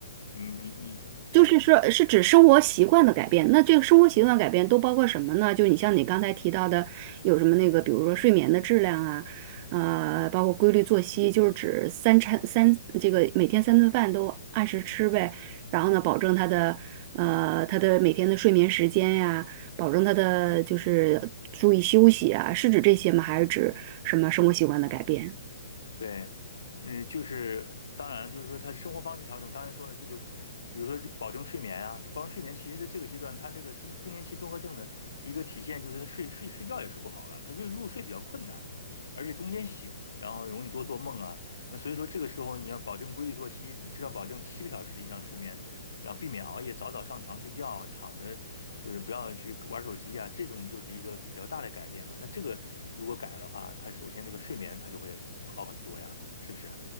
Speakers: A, on the left; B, on the right.
A: 你你你对，
B: 就是说，是指生活习惯的改变。那这个生活习惯改变都包括什么呢？就你像你刚才提到的，有什么那个，比如说睡眠的质量啊，呃，包括规律作息，就是指三餐三这个每天三顿饭都按时吃呗。然后呢，保证他的呃他的每天的睡眠时间呀，保证他的就是注意休息啊，
A: 嗯
B: 是指这些吗？还是指什么生活习惯的改变？
A: 对，嗯，就是当然，了，就是说他生活方式调整，刚才说了这个，比如说保证睡眠啊，这保证睡眠，其实在这个阶段，他这个综更年期综合症的一个体现就是他睡睡睡觉也睡不好了，他入入睡比较困难，而且中间醒，然后容易多做梦啊。那所以说这个时候你要保证规律作息，你至少保证七个小时以上睡眠，然后避免熬夜，早早上床睡觉，躺着就是不要去玩手机啊，这种就是一个比较大的改变了。那这个如果改的话，它首先这个睡眠它就会好很多呀，是不是？